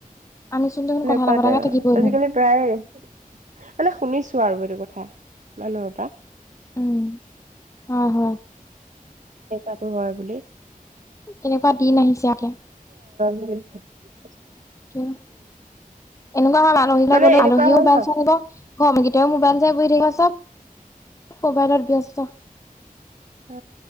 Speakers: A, on the left; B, on the right.
A: আমিচোন দেখোন কথা
B: নাপাতে
A: নাপাতাকে
B: আও,
A: থাকিবই
B: আজিকালি
A: নোৱাৰো
B: প্ৰায়ে। মানে শুনিছো আৰু এইটো কথা মানুহপা।
A: উম'হ হ
B: দেউতাটো হয় বুলি।
A: তেনেকুৱা দিন আহিছে আকে।
B: নি <unintelligible>
A: ও এনেকুৱা হল আলহী ঘৰত
B: মানে
A: গলেও
B: এনেকুৱা
A: আলহীও
B: হয়
A: মোবাইল
B: ন
A: চলাব বা আমিকেইটাইও মোবাইল থাকে চব মোবাইলত ব্যস্ত।
B: অ